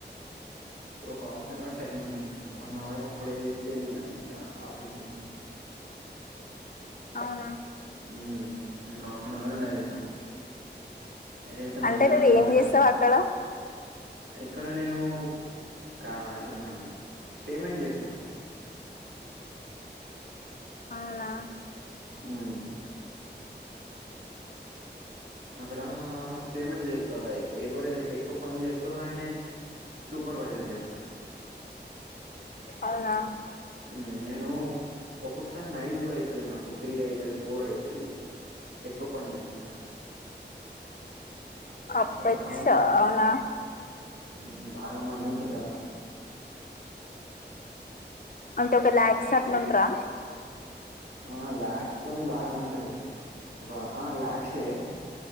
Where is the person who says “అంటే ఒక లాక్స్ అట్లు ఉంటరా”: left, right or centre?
Left